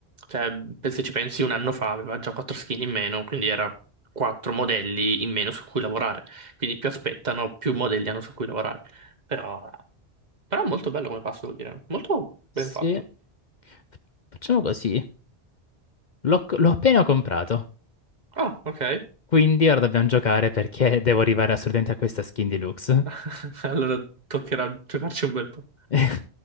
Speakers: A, on the right; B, on the left.
A: Cioè, per- se ci pensi, un anno fa aveva già quattro skin in meno, quindi era quattro modelli in meno su cui lavorare. Quindi più aspettano, più modelli hanno su cui lavorare. Però, però è molto bello come passo, devo dire. Molto ben
B: Sì,
A: fatto.
B: F- facciamo così. L'ho l'ho appena comprato,
A: Ah, ok.
B: quindi ora dobbiamo giocare perché <laughs> devo arrivare assolutamente a questa skin deluxe.
A: <laughs> Allora toccherà giocarci un bel po'.
B: <laughs>